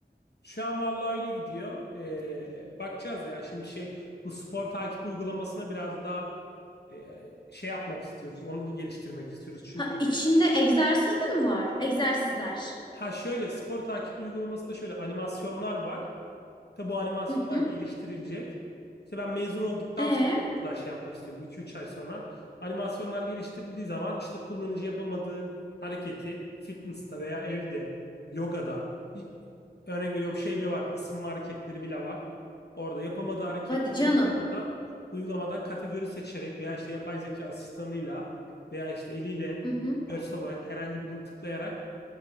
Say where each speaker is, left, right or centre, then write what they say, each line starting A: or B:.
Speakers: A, on the left; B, on the left.
A: şu an vallahi öyle gidiyor. Ee, bakacağız ya şimdi şey bu spor takip uygulamasına biraz daha e, şey yapmak istiyoruz. Onu geliştirmek istiyoruz. Çünkü
B: Ha içinde egzersiz de mi var? Egzersizler.
A: ha şöyle spor takip uygulamasında şöyle animasyonlar var. Tabi bu animasyonlar
B: Hı hı.
A: geliştirilecek. İşte ben mezun olduktan
B: E
A: sonra biraz daha şey yapmak istiyorum. 2 üç ay sonra. Animasyonlar geliştirildiği zaman işte kullanıcı yapamadığı hareketi fitness'ta veya evde, yogada ilk- örnek veriyorum şey bile var. ısınma hareketleri bile var. Orada yapamadığı hareketi
B: hadi canım.
A: uygulamadan uygulamadan kategori seçerek veya işte yapay zeka asistanıyla veya işte eliyle
B: Hı hı.
A: görsel olarak herhangi birini tıklayarak